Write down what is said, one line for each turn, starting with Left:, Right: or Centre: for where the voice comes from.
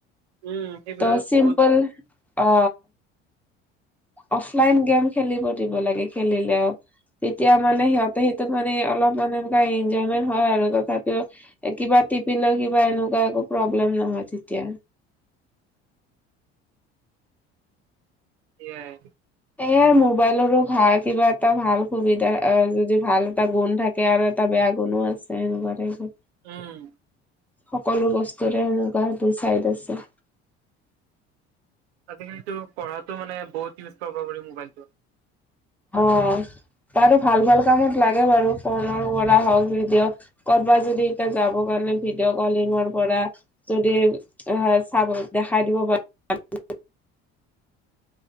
Right: উম, সেইবিলাক
Centre: ত চিম্পল
Right: বহুত
Centre: অ অফলাইন গেম খেলিব দিব লাগে খেলিলেও তেতিয়া মানে
Right: উম,
Centre: সিহঁতে সেইটোক <unintelligible> অলপমান এনেকুৱা ইনজম হয় আৰু তথাপিও কিবা টিপিলে কিবা এনেকুৱা <unintelligible> প্ৰব্লেম নহয় তেতিয়া।
Right: এয়াই।
Centre: এয়াই মোবাইলৰো ভাল কিবা এটা ভাল সুবিধা যদি ভাল এটা গুণ থাকে আৰু এটা বেয়া গুনো আছে এনেকুৱাতে
Right: উম।
Centre: সকলো বস্তুৰে সেনেকুৱা টো চাইড আছে।
Right: আজিকালিতটো পঢ়াটো মানে বহুত ইউজ কৰিব পাৰি মোবাইলটো।
Centre: অ। বাৰু ভাল ভাল কামত লাগে বাৰু ফোনৰ পৰা হওক ভিডিঅ' কৰ'বাত যদি এতিয়া যাব কাৰনে ভিডিঅ' কলিংৰ পৰা যদি আহ চাব দেখাই দিব পাৰ। <unintelligible>